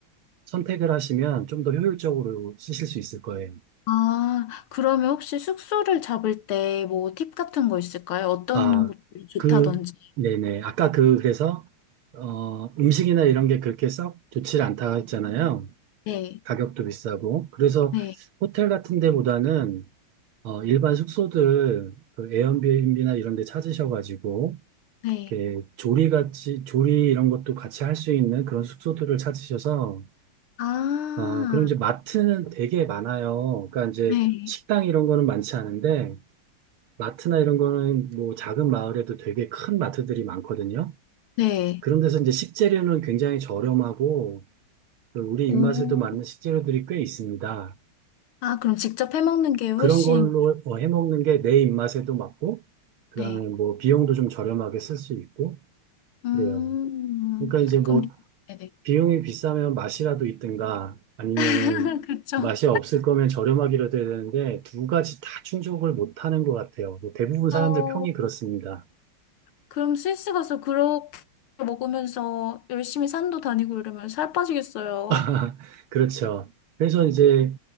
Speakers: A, on the right; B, on the left.
A: 선택을 하시면 좀 더 효율적으로 쓰실 수 있을 거예요.
B: 아, 그러면 혹시 숙소를 잡을 때 뭐 팁 같은 거 있을까요? 어떤
A: 아,
B: 곳이 좋다든지.
A: 그, 네네. 아까 그, 그래서, 어, 음식이나 이런 게 그렇게 썩 좋지 않다 했잖아요.
B: 네,
A: 가격도 비싸고. 그래서
B: 네,
A: 호텔 같은 데보다는, 어, 일반 숙소들, 그 에어비앤비나 이런 데 찾으셔가지고,
B: 네.
A: 이렇게 조리 같이, 조리 이런 것도 같이 할 수 있는 그런 숙소들을 찾으셔서,
B: 아,
A: 어, 그럼 이제 마트는 되게 많아요. 그러니까 이제
B: 네,
A: 식당 이런 거는 많지 않은데, 마트나 이런 거는 뭐 작은 마을에도 되게 큰 마트들이 많거든요.
B: 네.
A: 그런 데서 이제 식재료는 굉장히 저렴하고 그 우리
B: 오.
A: 입맛에도 맞는 식재료들이 꽤 있습니다.
B: 아, 그럼 직접 해먹는 게 훨씬,
A: 그런 걸로 어, 해먹는 게 내 입맛에도 맞고, 그다음에
B: 네.
A: 뭐 비용도 좀 저렴하게 쓸 수 있고,
B: 음,
A: 그래요. 그러니까 이제 뭐
B: 그럼, 네네.
A: 비용이 비싸면 맛이라도 있든가 아니면은
B: <laughs> 그쵸.
A: 맛이 없을 거면 저렴하기라도 해야 되는데 두 가지 다 충족을 못 하는 것 같아요. 뭐 대부분
B: 어,
A: 사람들 평이 그렇습니다.
B: 그럼 스위스 가서 그렇게 먹으면서 열심히 산도 다니고 이러면 살 빠지겠어요.
A: <laughs> 그렇죠. 그래서 이제